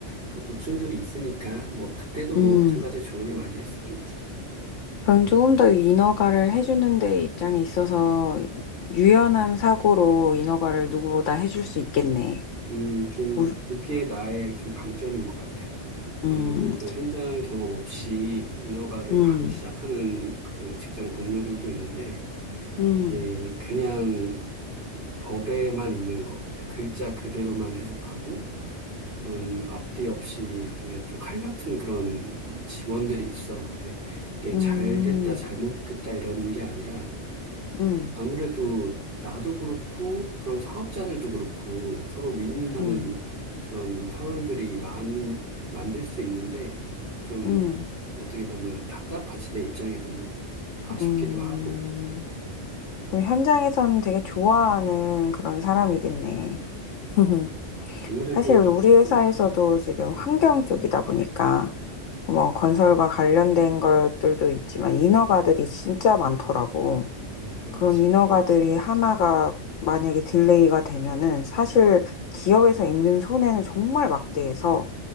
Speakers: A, on the right; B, on the left.
A: 그 고충들이 있으니까 뭐 그때도 뭐
B: 음.
A: 마찬가지 조율을 많이 했었겠지.
B: 그럼 조금 더 인허가를 해주는 데 입장에 있어서 유연한 사고로 인허가를 누구보다 해줄 수 있겠네.
A: 음, 좀
B: 우-
A: 그게 나의 좀 강점인 것 같아. 아무래도
B: 음,
A: 그런 현장 경험 없이 인허가를
B: 음,
A: 바로 시작하는 그 직장 동료들도 있는데
B: 음,
A: 이게 그냥 법에만 있는 거, 그냥 글자 그대로만 해석하고 그런 앞뒤 없이 그냥 좀 칼 같은 그런 직원들이 있어. 근데 이게
B: 음,
A: 잘 됐다, 잘못됐다 이런 게 아니라
B: 음,
A: 아무래도 나도 그렇고 그런 사업자들도 그렇고 서로 윈윈하는
B: 음,
A: 그런 상황들이 많이 만들 수 있는데 좀
B: 음,
A: 어떻게 보면 답답하지 내 입장에서는 아쉽기도
B: 음.
A: 하고
B: 그 현장에서는 되게 좋아하는 그런 사람이겠네. <laughs>
A: 어, 아무래도
B: 사실 우리
A: 이-
B: 회사에서도
A: 음,
B: 지금 환경 쪽이다 보니까 뭐 건설과 관련된 것들도 있지만 인허가들이 진짜 많더라고.
A: 음, 그렇지.
B: 그런 인허가들이 하나가 만약에 딜레이가 되면은 사실 기업에서 입는 손해는 정말 막대해서